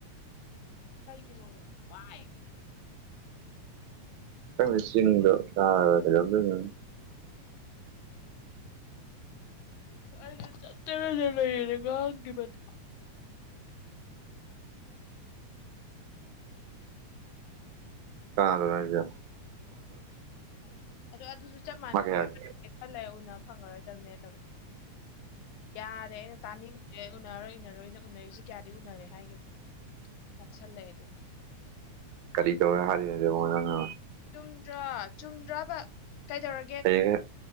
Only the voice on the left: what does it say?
ꯀꯩ ꯀꯤꯂꯣꯅꯣ ꯄꯥꯏ
ꯑꯩꯅ ꯆꯠꯇꯔꯗꯤ ꯂꯩꯔꯅꯦ ꯉꯥꯡꯈꯤꯕꯅꯦ
ꯑ ꯑꯗꯨꯗꯣ ꯑꯗꯨꯁꯨ ꯆꯞ ꯃꯥꯟꯅꯩ
ꯑꯗꯨꯝ
ꯈꯔ ꯂꯩ ꯎꯅꯕ ꯐꯪꯉꯔꯣꯏꯗꯕꯅꯦ ꯇꯧꯔꯦ ꯌꯥꯔꯦ ꯑꯩꯅ ꯇꯥꯅꯤꯡ ꯗ꯭ꯔꯦ ꯎꯅꯔꯔꯣꯏ ꯎꯅꯔꯣꯏꯅ ꯎꯅꯔꯤꯁꯦ ꯀꯌꯥꯗꯤ ꯎꯅꯔꯦ ꯍꯥꯏꯒꯤꯕꯅꯦ ꯉꯥꯎꯁꯜꯂꯛꯑꯦ ꯑꯗꯨꯒ
ꯆꯨꯝꯗ꯭ꯔꯥ ꯆꯨꯝꯗ꯭ꯔꯕ ꯀꯩꯗꯧꯔ